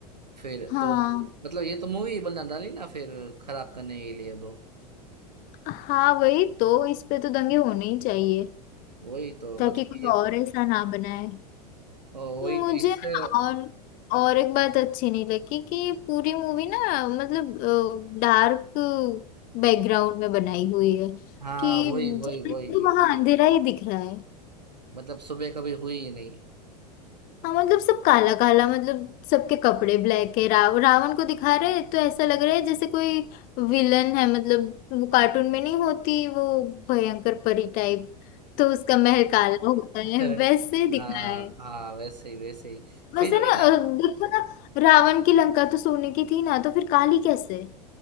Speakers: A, on the right; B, on the left.
A: फिर
B: हाँ
A: तो मतलब ये तो मूवी बना डाली ना फिर खराब करने के लिए लोग
B: हाँ वही तो इस पे तो दंगे होने ही चाहिए
A: वही तो
B: ताकि
A: मतलब
B: कोई
A: ये
B: और ऐसा ना बनाए
A: ओ, वही
B: मुझे
A: तो इससे
B: ना और और एक बात अच्छी नहीं लगी कि पूरी मूवी ना मतलब डार्क बैकग्राउंड में बनाई हुई है
A: हाँ
B: कि
A: वही वही
B: जब
A: वही
B: तक तो वहां अंधेरा ही दिख रहा
A: मतलब सुबह कभी हुई ही नहीं
B: हाँ मतलब सब काला काला मतलब सबके कपड़े ब्लैक है राव, रावण को दिखा रहे हैं तो ऐसा लग रहा है जैसे कोई विलन है मतलब वो कार्टून में नहीं होती वो भयंकर परी टाइप तो उसका महल काला होता
A: <laughs>
B: है वैसे दिखाया
A: हाँ
B: है
A: हाँ वैसे ही वैसे ही
B: वैसे
A: फिर
B: ना
A: अरे
B: अ, देखो ना रावण की लंका तो सोने की थी ना तो फिर काली कैसे